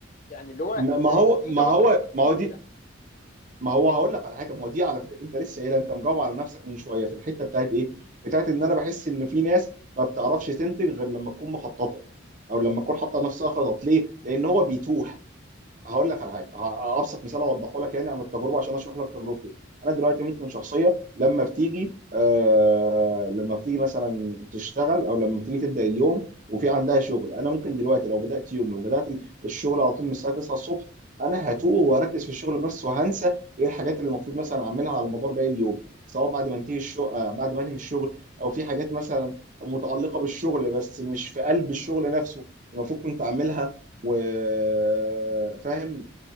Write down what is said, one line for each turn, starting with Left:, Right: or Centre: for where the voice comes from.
Left: يعني اللي هو انت
Right: ما ما هو
Left: ليه
Right: ما
Left: تقعد
Right: هو
Left: تخطط كتير
Right: ما هو دي
Left: كده
Right: ما هو هقول لك على حاجه ما هو دي على فكره انت لسه قايلها انت مجاوب على نفسك من شويه في الحته بتاعت ايه؟ بتاعت ان انا بحس ان في ناس ما بتعرفش تنتج غير لما تكون مخططه او لما تكون حاطه نفسها خطط ليه؟ لان هو بيتوه هقول لك على حاجه ه- ابسط مثال اوضحه لك يعني عن التجربه عشان اشرح لك تجربتي انا دلوقتي ممكن شخصيه لما بتيجي آه لما بتيجي مثلا تشتغل او لما بتيجي تبدا اليوم وفي عندها شغل انا ممكن دلوقتي لو بدات يومي وبدات ال- الشغل على طول من الساعه 9 الصبح انا هتوه وهركز في الشغل بس وهنسى ايه الحاجات اللي المفروض مثلا اعملها على مدار باقي اليوم سواء بعد ما انتهي الشغل آه بعد ما انهي الشغل او في حاجات مثلا متعلقه بالشغل بس مش في قلب الشغل نفسه المفروض كنت اعملها وفاهم